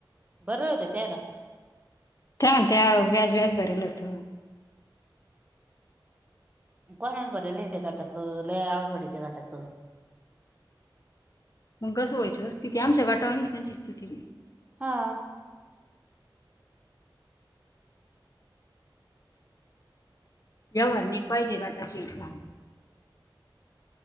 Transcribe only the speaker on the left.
त्या म्हणत, व्याज भरेल होत.
मग कसो होयचो स्थिती आमच्या गटावाणीच त्यांची स्थिती
व्यवहार निट पाहिजे गटाच्या इथला